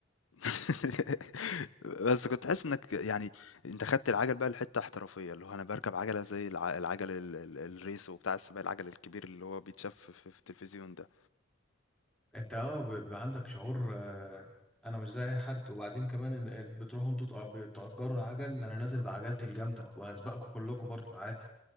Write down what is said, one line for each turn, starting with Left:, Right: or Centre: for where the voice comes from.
Left: <laughs> بس كنت حاسس إنك يعني أنت خدت العجل بقى لحتة احترافية، اللي هو أنا باركب عجلة زي الع العجل ال ال الRace وبتاع السباق العجل الكبير اللي هو بيتشاف في في التلفزيون ده،
Centre: انت اه بيبقى عندك شعور آه، انا مش زي اي حد وبعدين كمان إن- آه، بتروحوا انتوا تأ- بتأجروا العجل انا نازل بعجلتي الجامدة وهسبقكم كلكم برضه عادي